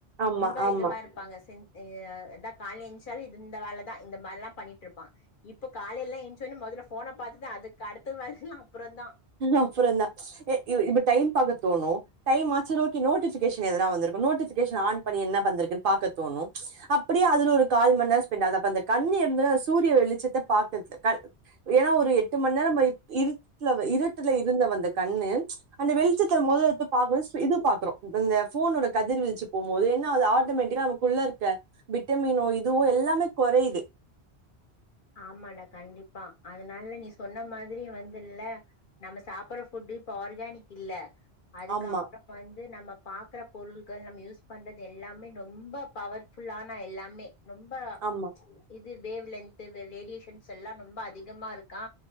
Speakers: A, on the right; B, on the left.
A: ஆமா
B: ரொம்ப
A: ஆமா
B: இதுவா இருப்பாங்க சென் எ கால எஞ்சாலு இந்த வேலைதா இந்த மாரி எல்லா பண்ணிட்டு இருப்பா இப்ப காலைய எல்லா எச்சோன்னே முதல்ல ஃபோனை பாத்ததா அதுக்கு அடுத்த வேலை எல்லா அப்றோ தா
A: எல்லா அப்றோ தா ஏ இ இப்ப டைம் பாக்க தோணு டைம் ஆச்சு நோட்கி நோட்டிபிகேஷன் எதனா வந்திருக்கு நோட்டிபிகேஷன் ஆன் பண்ணி என்ன வந்திருக்குன்னு பாக்க தோணு அப்பிடியே அதுல ஒரு கால் மண்நேரோ ஸ்பெண்ட் ஆகுது அப்ப அந்த கண்ணு இருந்த சூரிய வெளிச்சத்த பாக்கறதுக்கு அ ஏனா ஒரு எட்டு மண்நேர வை இருக்க வை இரு ட்டுல இருந்த வந்த கண்ணு அந்த வெளிச்சத்தில் முதலடுத்து பாக்போது ஸ் இது பாக்றோ அந்த போனோட கதிர்வீ்ச்சு போம்போது என்னாவ்து ஆட்டோமேட்டிக்கா நமக்குள்ள இருக்க விட்டமீனோ இதுவு எல்லாமே கொறையுது
B: ஆமாடா கண்டிப்பா அதனால நீ சொன்ன மாதிரி வந்துல நம்ம சாப்பிடுற ஃபுட்டு இப்ப ஆர்கானிக் இல்ல அதுக்கப்புற
A: ஆமா
B: வந்து நம்ம பாக்குற பொருள்கள் நம்ம யூஸ் பண்றது எல்லாமே ரொம்ப பவர்ஃபுல்லானா எல்லாமே ரொம்ப
A: ஆமா
B: இது வேவ் லென்து வே ரேடியேஷன்ஸ் எல்லா ரொம்ப அதிகமா இருக்கா